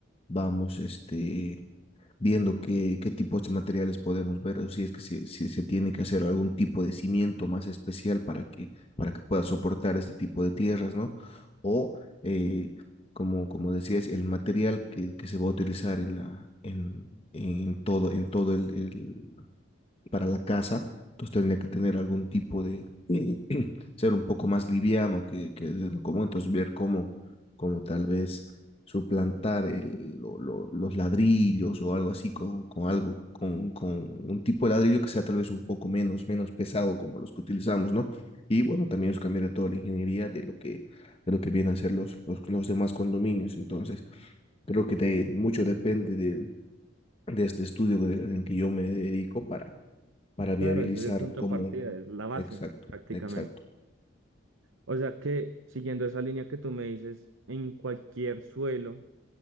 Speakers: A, on the left; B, on the right.
A: vamos, este viendo qué, qué tipos de materiales podemos ver, o si es que se, si se tiene que hacer algún tipo de cimiento más especial para que, para que pueda soportar este tipo de tierras, ¿no? O, eh, como, como decías, el material que, que se va a utilizar en la, en, en todo, en todo el, el- para la casa, entonces tendría que tener algún tipo de, ser un poco más liviano que, que de lo común, entonces ver cómo, cómo tal vez suplantar el, lo- lo- los ladrillos o algo así con, con algo, con, con un tipo de ladrillo que sea tal vez un poco menos, menos pesado como los que utilizamos, ¿no? Y bueno, también es cambiar toda la ingeniería de lo que, de lo que vienen a ser los, los, los demás condominios, entonces creo que te- mucho depende de, de este estudio que- en el que yo me dedico para, para viabilizar
B: Claro, ese es el punto
A: cómo,
B: de partida, es la base
A: exacto,
B: prácticamente.
A: exacto.
B: O sea que siguiendo esa línea que tú me dices, en cualquier suelo,